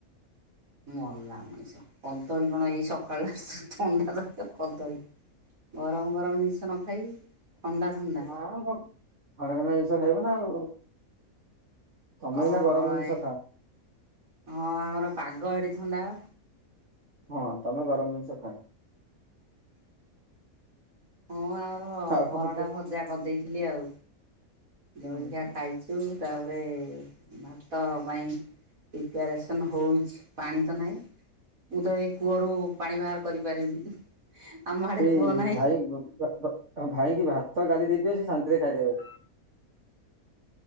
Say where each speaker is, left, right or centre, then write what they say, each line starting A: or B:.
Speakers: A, on the right; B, on the right.
A: ମଲା ମଣିଷ, କଦଳୀ କଣ ଏଇ ସକାଳୁ ଥଣ୍ଡା ଧରିବ କଦଳୀ ଗରମ ଗରମ ଜିନିଷ ନ ଖାଇକି ଥଣ୍ଡା ଥଣ୍ଡା
B: ନାମ ଥଣ୍ଡା ଥଣ୍ଡା ଜିନିଷ ଖାଇବ ନା ଆଉ। ତମେ
A: ଅ
B: ଏଇନା ଗରମ ଜିନିଷ
A: ଏ
B: ଖାଅ।
A: ହଁ ଆମର ପାଗ ଏଠି ଥଣ୍ଡା ବା।
B: ହଁ ତମେ ଗରମ ଜିନିଷ ଖା।
A: ହଁ ଆମର
B: ଆଉ
A: ପରଟା
B: କଣ କୁହ
A: ଭଜା କରିଦେଇଥିଲି ଆଉ। ଜଳଖିଆ
B: ହୁଁ ହୁଁ।
A: ଖାଇଛୁ ତାପରେ ଭାତ ପାଇଁ ପ୍ରିପାରେସନ୍ ହଉଛି ପାଣି ତ ନାହିଁ ମୁଁ ତ ଏଇ କୂଅରୁ ପାଣି ବାହାର କରିପାରିବିନି। ଆମ ଆଡେ
B: ସେଇ
A: କୂଅ ନାହିଁ
B: ଭାଇ ଭାଇ କି ଭାତ ଡାଲି ଦେଇଦିଅ ସେ ଶାନ୍ତିରେ ଖାଇଦେବେ।